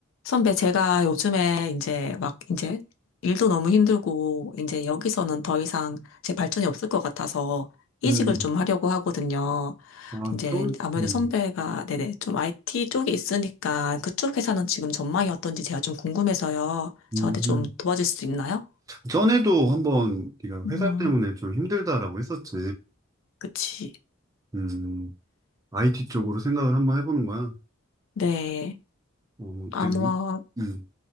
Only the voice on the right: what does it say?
음,
아,
좀,
음,
음.
전에도 한번 네가
회사 때문에 좀 힘들다라고 했었지.
음, IT 쪽으로 생각을 한번 해보는 거야.
어,
되게, 유- 음,